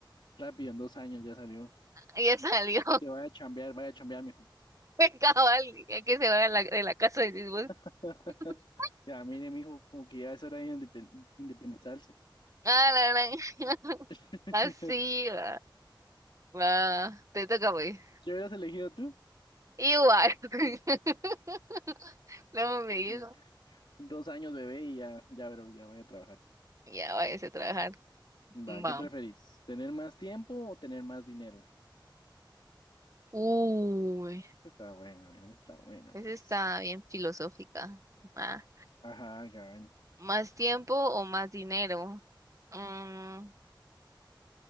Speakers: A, on the left (about 75°); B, on the right (about 40°).
A: Rápido, en dos años ya salió.
B: Ya salió,
A: Que vaya a chambear, vaya a chambear, mijo.
B: <laughs> el cabal, ya que se va de la, de la casa de sus
A: <laughs>
B: <laughs>
A: Ya, mire, mijo, como que ya es hora de indepen- independizarse.
B: Ah, la gran.
A: <laughs> ¿Qué
B: <laughs> Así va. Va, te toca pues.
A: hubieras elegido tú?
B: Igual. <laughs> Luego me dijo,
A: <laughs> Dos años, bebé, y ya, ya, bro, ya voy a trabajar.
B: ya váyase a trabajar.
A: Va,
B: Va.
A: ¿qué preferís? ¿Tener más tiempo o tener más dinero?
B: Uy,
A: Esa Está bueno, mira, esa está buena.
B: esa
A: vos.
B: está bien filosófica. Ah,
A: Ajá, cabrón.
B: ¿Más tiempo o más dinero? Mm,